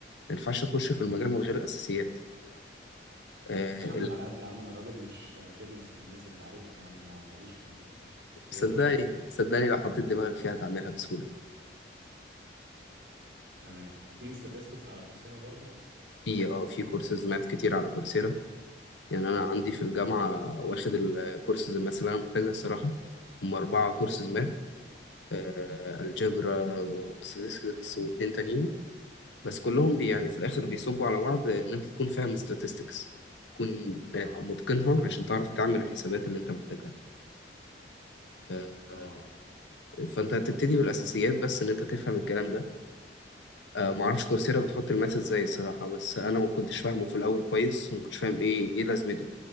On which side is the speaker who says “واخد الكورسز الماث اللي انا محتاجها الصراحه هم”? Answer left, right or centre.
Left